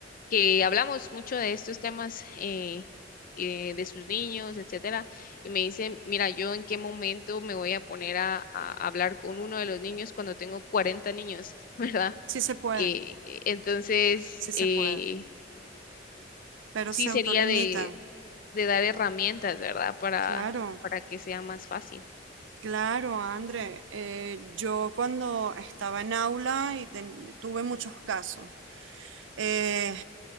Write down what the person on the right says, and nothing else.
sí se puede,
sí
se puede, pero
se
autolimitan.
Claro.
Claro, André, eh, yo cuando estaba en aula y ten- tuve muchos casos, eh,